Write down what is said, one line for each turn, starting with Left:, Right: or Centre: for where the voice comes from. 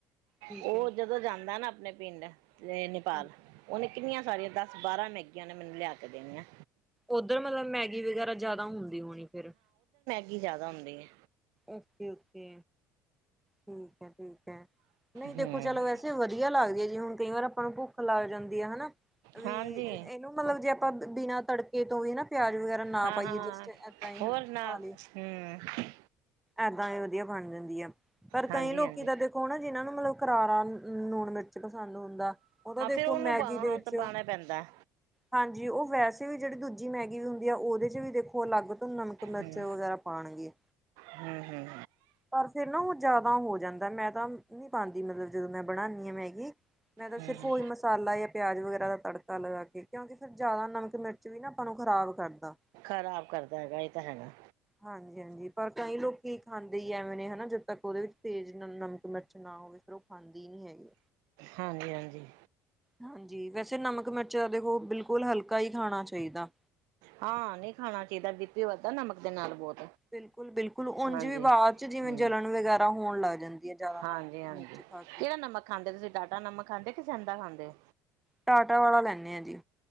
Centre: ਠੀਕ
Right: ਉਹ
Centre: ਹੈ
Right: ਜਦੋਂ ਜਾਂਦਾ ਨਾ ਆਪਣੇ ਪਿੰਡ ਤੇ ਨੇਪਾਲ
Centre: ਹਾਂਜੀ
Right: ਔਨੇ ਕਿੰਨੀਆਂ ਸਾਰੀਆਂ ਦਸ ਬਾਰਾਂ ਮੈਗੀਆਂ ਨੇ ਮੈਨੂੰ ਲਿਆ ਕੇ ਦੇਣੀਆਂ
Centre: ਉੱਧਰ ਮਤਲਬ ਮੈਗੀ ਵਗੈਰਾ ਜਿਆਦਾ ਹੁੰਦੀ ਹੋਣੀ ਫਿਰ
Right: ਕੀ ਜਿਆਦਾ ਹੁੰਦੀ ਹੈ
Centre: ਓਕੇ ਓਕੇ ਠੀਕ ਹੈ, ਠੀਕ ਹੈ, ਨਹੀਂ ਦੇਖੋ
Right: ਹਮ
Centre: ਚਲੋ ਵੈਸੇ ਵਧੀਆ ਲੱਗਦੀ ਹੈ ਜੀ, ਹੁਣ ਕਈ ਵਾਰ ਆਪਾਂ ਨੂੰ ਭੁੱਖ ਲੱਗ ਜਾਂਦੀ ਏ ਆ ਹਨਾ
Right: ਹਾਂਜੀ
Centre: ਇਹਨੂੰ ਵੀ ਮਤਲਬ ਜੇ ਆਪਾਂ ਬਿਨਾਂ ਤੜਕੇ ਤੋਂ, ਵੀ ਨਾ ਪਿਆਜ ਵਗੈਰਾ ਨਾ
Right: ਹਾਂ
Centre: ਪਾਈਏ,
Right: ਹਾਂ
Centre: ਜਸਟ ਏਦਾਂ ਹੀ ਹਨਾ
Right: ਹੋਰ ਨਾ
Centre: ਪਾ
Right: ਹੁੰ
Centre: ਲਏ ਏਦਾਂ ਹੀ, ਵਧੀਆ ਬਣ ਜਾਂਦੀ ਆ ਪਰ
Right: ਹਾਂਜੀ
Centre: ਕਈ ਲੋਕੀ
Right: ਹਾਂਜੀ
Centre: ਤਾਂ ਦੇਖੋ ਨਾ, ਜਿਹਨਾਂ ਨੂੰ ਮਤਲਬ ਕਰਾਰਾ ਲੂਣ ਮਿਰਚ ਪਸੰਦ ਹੁੰਦਾ ਉਹਦਾ ਦੇਖੋ
Right: ਤੇ ਔਨੂੰ
Centre: ਮੈਗੀ
Right: ਪਾ,
Centre: ਦੇ
Right: ਹੁਣ
Centre: ਵਿੱਚ
Right: ਤਾਂ ਪਾਉਣਾ ਪੈਂਦਾ
Centre: ਹਾਂਜੀ ਉਹ ਵੈਸੇ ਵੀ ਜਿਹੜੀ ਦੂਜੀ ਮੈਂ ਵੀ ਹੁੰਦੀ ਆ, ਔਦੇ ਚ ਵੀ ਦੇਖੋ ਅਲੱਗ ਤੋਂ ਨਮਕ ਮਿਰਚ
Right: ਹਮ
Centre: ਵਗੈਰਾ ਪਾਉਣਗੇ
Right: ਹਮ ਹਮ
Centre: ਪਰ ਫਿਰ ਨਾ ਉਹ ਜਿਆਦਾ ਹੋ ਜਾਂਦਾ, ਮੈਂ ਤਾਂ ਨਹੀਂ ਪਾਉਂਦੀ, ਮਤਲਬ ਜਦੋਂ ਮੈਂ ਬਣਾਉਂਦੀ ਆ ਮੈਗੀ ਮੈਂ ਤਾਂ
Right: ਹਮ
Centre: ਸਿਰਫ ਉਹੀ ਮਸਾਲਾ, ਜਾਂ ਪਿਆਜ ਵਗੈਰਾ ਦਾ ਤੜਕਾ ਲਗਾ ਕੇ ਕਿਉਂਕਿ ਫਿਰ ਜ਼ਿਆਦਾ ਨਮਕ ਮਿਰਚ ਵੀ ਨਾ ਆਪਾਂ ਨੂੰ ਖ਼ਰਾਬ ਕਰਦਾ
Right: ਖਰਾਬ ਕਰਦਾ ਹੈਗਾ ਇਹ ਤਾਂ ਹੈਗਾ
Centre: ਹਾਂਜੀ ਹਾਂਜੀ ਪਰ ਕਈ ਲੋਕ ਖਾਂਦੇ ਹੀ ਐਵੇਂ ਨੇ, ਹੈਨਾ ਜਦ ਤੱਕ ਔਦੇ ਵਿੱਚ ਤੇਜ਼ ਨਮਕ ਮਿਰਚ ਨਾ ਹੋਵੇ ਫਿਰ ਉਹ ਖਾਂਦੀ ਨਹੀਂ ਹੈਗੀ
Right: ਹਾਂਜੀ -ਹਾਂਜੀ
Centre: ਹਾਂਜੀ ਵੈਸੇ ਨਮਕ ਮਿਰਚ ਦੇਖੋ ਬਿਲਕੁਲ ਹਲਕਾ ਹੀ ਖਾਣਾ ਚਾਹੀਦਾ
Right: ਹਾਂ ਨਹੀਂ ਖਾਣਾ ਚਾਹੀਦਾ, ਬੀਪੀ ਵੱਧਦਾ ਨਮਕ ਦੇ ਨਾਲ ਬਹੁਤ
Centre: ਬਿਲਕੁਲ ਬਿਲਕੁਲ ਉਝ
Right: ਹਾਂਜੀ
Centre: ਵੀ ਬਾਅਦ ਚ ਜਿਵੇਂ
Right: ਹਮ
Centre: ਜਲਣ ਵਗੈਰਾ ਹੋਣ ਲੱਗ ਜਾਂਦੀ ਹੈ ਜ਼ਿਆਦਾ ਨਮਕ
Right: ਹਾਂਜੀ ਹਾਂਜੀ
Centre: ਮਿਰਚ ਖਾ ਕੇ
Right: ਕਿਹੜਾ ਨਮਕ ਖਾਂਦੇ ਤੁਸੀਂ, ਟਾਟਾ ਨਮਕ ਖਾਂਦੇ ਕਿ ਸੌਂਦਾ ਖਾਂਦੇ ਔ
Centre: ਟਾਟਾ ਵਾਲਾ ਲੈਂਦੇ ਹਾਂ ਜੀ